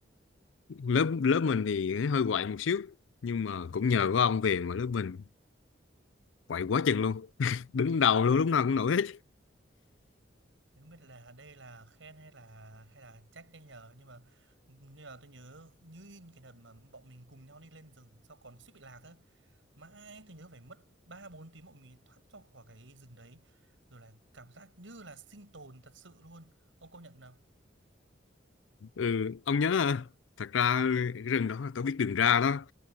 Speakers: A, on the left; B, on the right.
A: lớp lớp mình thì hơi quậy một xíu nhưng mà cũng nhờ có ông về mà lớp mình quậy quá chừng luôn <laughs> đứng đầu luôn lúc nào cũng nổi hết
B: thì không biết là đây là khen hay là hay là trách đây nhờ nhưng mà nhưng mà tôi nhớ như in cái đợt mà bọn mình cùng nhau đi lên rừng sau còn suýt bị lạc á mãi tôi nhớ phải mất ba bốn tiếng bọn mình thoát ra khỏi cái rừng đấy rồi là cảm giác như là sinh tồn thật sự luôn ông công nhận nào
A: ừ ông nhớ à, thật ra cái rừng đó là tôi biết đường ra đó